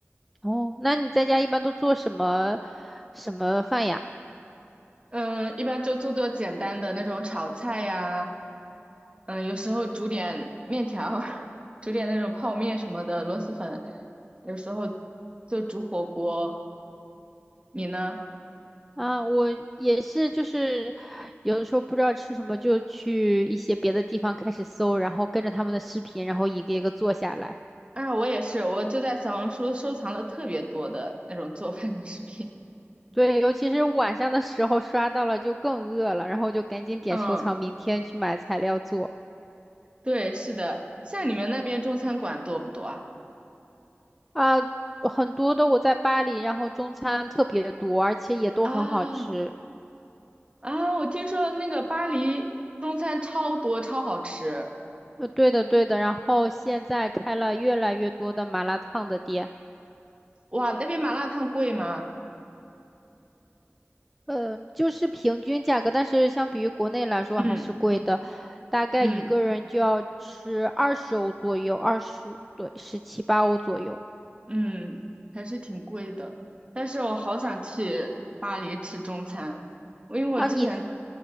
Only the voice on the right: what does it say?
嗯、一般就做做简单的那种炒菜呀，嗯、有时候煮点面条儿，<laughs> 煮点那种泡面什么的，螺蛳粉，有时候就煮火锅。你呢？
啊，我也是，我就在小红书收藏了特别多的那种做饭的视频。
<laughs> 嗯，
对，是的，像你们那边中餐馆多不多啊？
啊啊，我听说那个巴黎中餐超多，超好吃。
哇，那边麻辣烫贵吗？
嗯
嗯
嗯，还是挺贵的。但是我好想去巴黎吃中餐，
因为我之前，